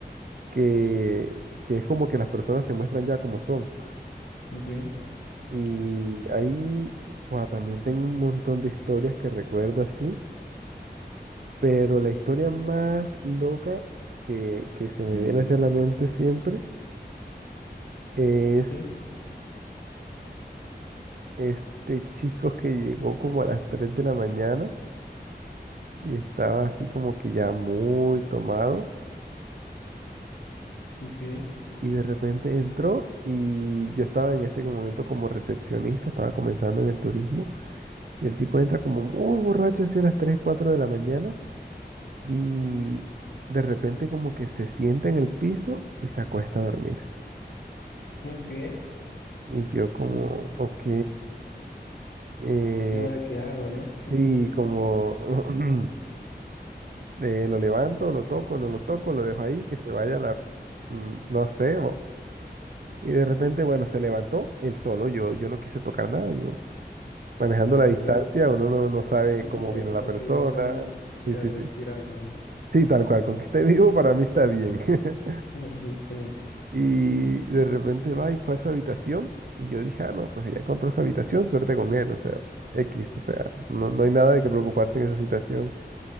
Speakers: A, on the right; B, on the left.
A: que, que es como que las personas se muestran ya como son.
B: ok,
A: Y ahí fua, también tengo un montón de historias que recuerdo así, pero la historia más loca que, que se me viene hacia la mente siempre es
B: sí,
A: este chico que llegó como a las 3 de la mañana y estaba así como que ya muy tomado
B: ok,
A: y de repente entró y yo estaba en ese momento como recepcionista, estaba comenzando en el turismo y el tipo entra como muy borracho hacia las 3 4 de la mañana y de repente como que se sienta en el piso y se acuesta a dormir.
B: Ok.
A: Y yo como,
B: sí, ok.
A: ok, eh,
B: ¿Y ahora qué hago, no?
A: sí, como... <clears throat> Eh, lo levanto, lo toco, no lo toco, lo dejo ahí, que se vaya la, mm, no sé, bo- y de repente, bueno, se levantó él solo, yo, yo no quise tocar nada, yo manejando
B: Claro,
A: la distancia,
B: claro.
A: uno no, no sabe
B: Solo
A: cómo viene la persona,
B: revisando que siguiera
A: sí, sí,
B: respirando,
A: sí,
B: ¿no?
A: sí, tal cual, con que esté <laughs> vivo para mí está bien. <laughs>
B: <laughs> Sí, excelente.
A: Y de repente va y fue a su habitación, y yo dije, ah, no, pues ella encontró su habitación, suerte con él, o sea, X, o sea, no, no hay nada de que preocuparse en esa situación,